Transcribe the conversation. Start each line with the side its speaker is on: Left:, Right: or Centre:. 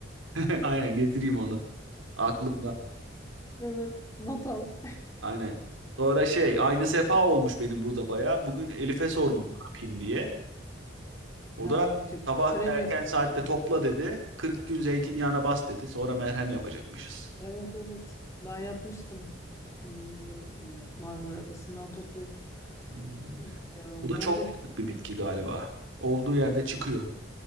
Right: <laughs> Aynen getireyim onu. Aklımda.
Left: evet not al.
Right: Aynen. Sonra şey
Left: Ya.
Right: aynı sefa olmuş benim burada baya. Bugün Elif'e sordum ne yapayım diye. O
Left: Ha,
Right: da
Left: çok
Right: sabah
Left: krem
Right: erken
Left: yapıyorsun.
Right: saatte topla dedi. 40 gün zeytinyağına bas dedi. Sonra merhem yapacakmışız.
Left: Evet evet ben yapmıştım. Hmm, ya, Marmara Adası'ndan toplayıp.
Right: Hmm.
Left: Evet ya
Right: Bu da
Left: ben
Right: çok
Left: de
Right: yıllık bir bitki galiba. Olduğu yerde çıkıyor.